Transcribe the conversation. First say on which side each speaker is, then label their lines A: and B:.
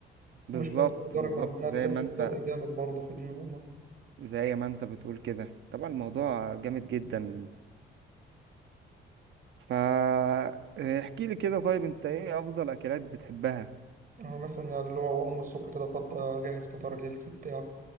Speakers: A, on the right; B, on the right.
A: بالظبط
B: وشوية خضار
A: بالظبط
B: جنبها
A: زي
B: تحس
A: ما
B: بفرق
A: انت
B: جامد برضه في اليوم
A: زي ما انت بتقول كده طبعا الموضوع جامد جدا فا احكي لي كده طيب انت ايه افضل اكلات بتحبها
B: هو مثلا يعني اللي هو أقوم الصبح كده فط أجهز فطار ليلتي بتاع